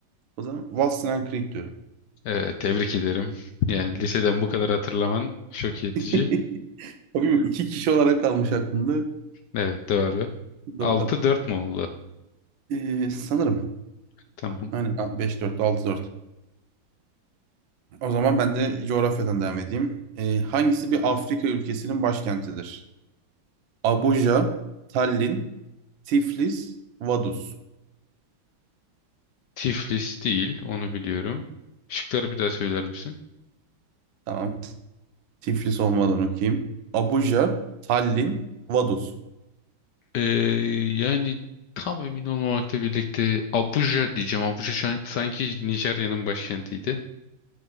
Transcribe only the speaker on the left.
Ee, tebrik ederim. Yani liseden bu kadar hatırlaman şok edici.
Evet doğru.
Altı
dört mu oldu?
Tamam.
Tiflis değil onu biliyorum. Şıkları bir daha söyler misin?
Ee, yani tam emin olmamakla birlikte Abuja diyeceğim. Abuja şan- sanki Nijerya'nın başkentiydi.